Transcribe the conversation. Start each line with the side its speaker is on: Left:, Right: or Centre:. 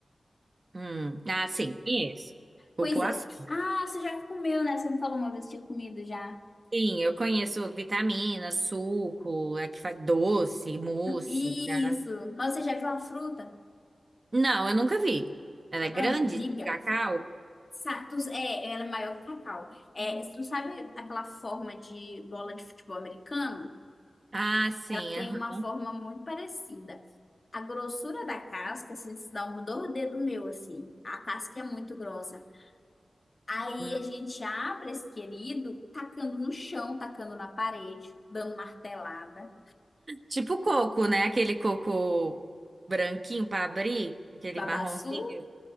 Right: hum. Ah, sim, conheço. Cupuaçu.
Left: Pois é. Ah, você já comeu, né? Você me falou uma vez que tinha comido já.
Right: Sim, eu conheço vitamina, suco, é que faz doce, mousse,
Left: Isso.
Right: tá?
Left: Mas você já viu a fruta?
Right: Não, eu nunca vi. Ela é grande,
Left: Amiga.
Right: de cacau?
Left: Sa- tu- é, ela é maior que cacau. É, tu sabe aquela forma de bola de futebol americano?
Right: Ah, sim.
Left: Ela tem
Right: aham.
Left: uma forma muito parecida. A grossura da casca, assim, se dá um do dedo meu, assim. A casca é muito grossa. Aí
Right: Hum.
Left: a gente abre esse querido, tacando no chão, tacando na parede, dando martelada.
Right: Tipo coco, né? Aquele coco branquinho para abrir, aquele
Left: Babaçu?
Right: marronzinho.